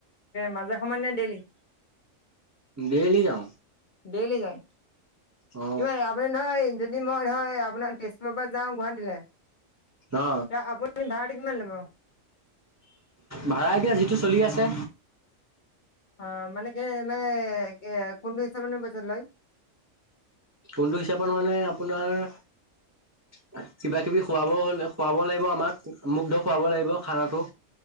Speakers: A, on the left; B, on the right.
A: মাজে সময় নে দেলি?
B: ডেইলি যাওঁ।
A: ডেইলি যায়।
B: অ।
A: কিবা আপুনি নহয় যদি মই নহয় আপোনাৰ তেজপুৰৰ পৰা যাওঁ গুৱাহাটীলে
B: অ
A: এ আপুনি ভাৰ়াটো কিমান লব?
B: ভাড়া এতিয়া যিটো চলি আছে।
A: অ মানে কি মানে এ কোনটো হিচাপত মানে প‌ইচাটো লয় <unintelligible>
B: কোনটো হিচাপত মানে আপোনাৰ কিবাকিবি খুৱাব হ <unintelligible> খুৱাব লাগিব আমাক মোকটো খুৱাব লাগিব খানাটো।